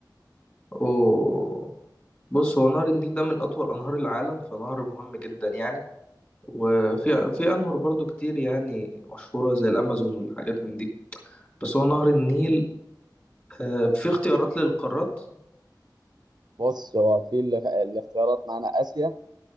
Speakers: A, on the left (about 25°); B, on the right (about 65°).
A: أوه. بص هو نهر النيل ده من أطول أنهار العالم فنهر مهم جدا يعني وفي في أنهر برضو كتير يعني مشهورة زي الأمازون والحاجات من دي بس هو نهر النيل آه، في اختيارات للقارات
B: بص هو في ال... الاختيارات معانا اسيا